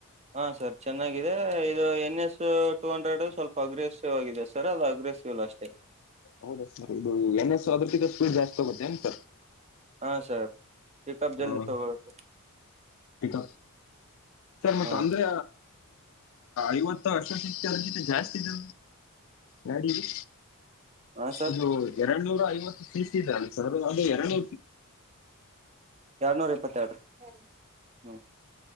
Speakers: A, on the right; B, on the left.
A: ಹಾ ಸರ್ ಚೆನ್ನಾಗಿದೆ ಇದು ಎನ್ ಎಸ್ ಟೂ ಅಂಡ್ರೆಡ್ ಸ್ವಲ್ಪ ಅಗ್ರೆಸಿವ್ ಆಗಿದೆ ಸರ್ ಅದು ಅಗ್ರೆಸಿವ್ಲ್ ಅಷ್ಟೇ
B: ಹೌದ ಇದು ಎನ್ ಎಸ್ ಅದ್ರಕ್ಕ ಸ್ಪೀಡ್ ಜಾಸ್ತಿ ಆೋಗುತ್ತೆ ಏನ್ಸ
A: ಹಾ ಸರ್ ಪಿಕಪ್
B: ಹಾ
A: ಜಲ್ದಿ ತಗೊಳುತ್ತೆ
B: ಪ ಸರ್ ಮತ್ತ
A: ಹಾ
B: ಅಂದ್ರೆ ಐವತ್ತು ಅರ್ಷವ ಸಿಕ್ತ ಅದ ಜತೆ ಜಾಸ್ತಿ ಇದ ಗಾಡಿಗೆ
A: ಹಾ ಸರ್
B: ಇದು ಎರಡ್ ನೂರ ಐವತ್ತು ಸಿಸಲ್ಲ ಸರ್ ಅದು ಎರಡು
A: ಎರಡ್ನೂರ ಇಪ್ಪತ್ತೆರಡುರ ಹ್ಮ್